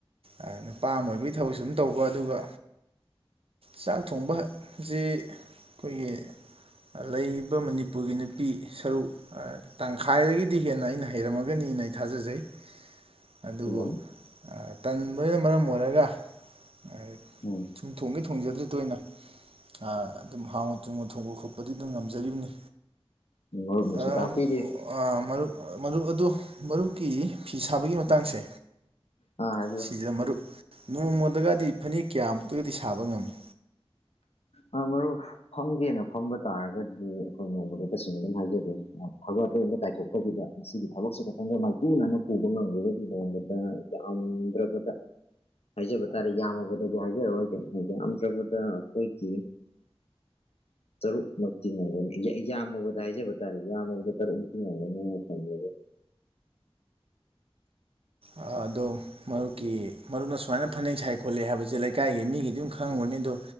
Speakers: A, on the right; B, on the left.
A: ꯑꯥ ꯅꯨꯄꯥ ꯑꯃ ꯑꯣꯏꯕꯒꯤ ꯊꯕꯛꯁꯨ ꯑꯗꯨꯝ ꯇꯧꯕ ꯑꯗꯨꯒ ꯆꯥꯛ ꯊꯣꯡꯕ ꯑꯁꯤ ꯑꯩꯈꯣꯏꯒꯤ ꯂꯩꯔꯤꯕ ꯃꯅꯤꯄꯨꯔꯒꯤ ꯅꯨꯄꯤ ꯁꯔꯨꯛ ꯑꯥ ꯇꯪꯈꯥꯏꯗꯒꯤꯗꯤ ꯍꯦꯟꯅ ꯑꯩꯅ ꯍꯩꯔꯝꯃꯒꯅꯤꯅ ꯑꯩ ꯊꯥꯖꯖꯩ ꯑꯗꯨꯕꯨ
B: ꯆꯨꯝꯕꯅꯤ
A: ꯑꯥ ꯇꯟꯕꯅ ꯃꯔꯝ ꯑꯣꯏꯔꯒ ꯑꯥ
B: ꯎꯝ
A: ꯊꯣꯡꯗꯤ ꯊꯣꯡꯖꯗ꯭꯭ꯔꯤ ꯇꯣꯏꯅ ꯑꯥ ꯑꯗꯨꯝ ꯍꯥꯎꯅ ꯊꯨꯝꯅ ꯊꯣꯡꯕ ꯈꯣꯠꯄ ꯄꯗꯤ ꯑꯗꯨꯝ ꯉꯝꯖꯔꯤꯕꯅꯤ
B: ꯎꯝ ꯃꯔꯨꯞꯅꯁꯨ
A: ꯑꯥ
B: ꯇꯥꯛꯄꯤꯔꯤ
A: ꯑꯥ ꯃꯔꯨꯞ ꯃꯔꯨꯞ ꯑꯗꯨ ꯃꯔꯨꯞꯀꯤ ꯐꯤ ꯁꯥꯕꯒꯤ ꯃꯇꯥꯡꯁꯦ
B: ꯑꯥ ꯍꯥꯏꯕꯤꯌꯨ
A: ꯁꯤꯗ ꯃꯔꯨꯞ ꯅꯣꯡꯃꯗꯒꯗꯤ ꯐꯥꯅꯦꯛ ꯀꯌꯥꯃꯨꯛꯇꯗꯤ ꯁꯥꯕ ꯉꯝꯃꯤ
B: ꯑꯥ ꯃꯔꯨꯞ ꯐꯝꯒꯦꯅ ꯐꯝꯕ ꯇꯥꯔꯒꯗꯤ ꯑꯩꯈꯣꯏ ꯅꯣꯡꯃꯗ ꯇꯁꯦꯡꯅ ꯑꯗꯨꯝ ꯍꯥꯏꯖꯒꯦ ꯊꯕꯛ ꯑꯇꯩ ꯑꯝꯇ ꯀꯥꯏꯊꯣꯛꯇꯕꯤꯗ ꯃꯁꯤꯒꯤ ꯊꯕꯛꯁꯦ ꯈꯛꯇꯪꯗ ꯃꯥꯏꯄꯨꯅꯅ ꯄꯨꯕ ꯉꯝꯒꯔꯒꯗꯤ ꯅꯣꯡꯃꯗ ꯌꯥꯝꯗ꯭ꯔꯕꯗ ꯍꯥꯏꯖꯦꯕ ꯇꯥꯔꯦ ꯌꯥꯝꯃꯕꯗꯗꯤ ꯍꯥꯏꯖꯔꯔꯣꯏꯒꯦ ꯌꯥꯝꯗ꯭ꯔꯕꯗ ꯑꯩꯈꯣꯏꯒꯤ <inaudible> ꯇꯔꯨꯛꯃꯛꯇꯤ ꯉꯝꯒꯅꯤ ꯌꯥ-ꯌꯥꯝꯃꯕꯗ ꯍꯥꯏꯖꯕ ꯇꯥꯔꯦ ꯌꯥꯝꯃꯕꯗ ꯇꯔꯨꯛꯃꯛꯇꯤ ꯉꯝꯒꯅꯤꯅ ꯈꯜꯂꯦ
A: ꯑꯥ ꯑꯗꯣ ꯃꯔꯨꯞꯀꯤ ꯃꯔꯨꯞꯅ ꯁꯨꯃꯥꯏꯅ ꯐꯅꯦꯛ ꯁꯥꯏ ꯈꯣꯠꯂꯦ ꯍꯥꯏꯕꯁꯦ ꯂꯩꯀꯥꯏꯒꯤ ꯃꯤꯒꯤꯗꯤ ꯑꯗꯨꯝ ꯈꯪꯉꯝꯒꯅꯤ ꯑꯗꯨ